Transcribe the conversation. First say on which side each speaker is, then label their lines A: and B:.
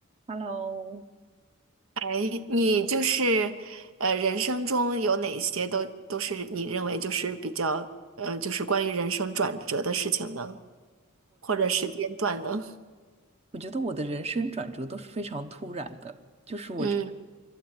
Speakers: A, on the right; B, on the right.
A: Hello，
B: 哎，你就是，呃，人生中有哪些都都是你认为就是比较，呃，就是关于人生转折的事情呢，或者时间段呢？
A: 我觉得我的人生转折都是非常突然的，就是我这，
B: 嗯，